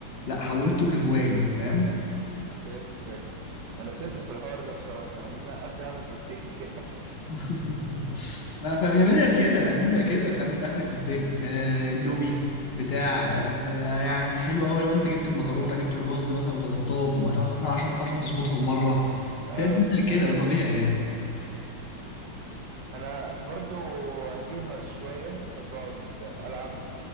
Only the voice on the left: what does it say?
لا حولته لهوايه فاهم
<laughs> لا فاهم
هي بدأت كده انا بتبدأ كده فاهم تاخرك بالطين آه اندومي بتاع
آه يعني حلو قوي لو انت جبت المكرونه جبت الرز مثلا وظبطتهم وهتقعد مثلا 10 مرات عشان تظبطهم مره
فهي بتبدأ كده ده طبيعي يعني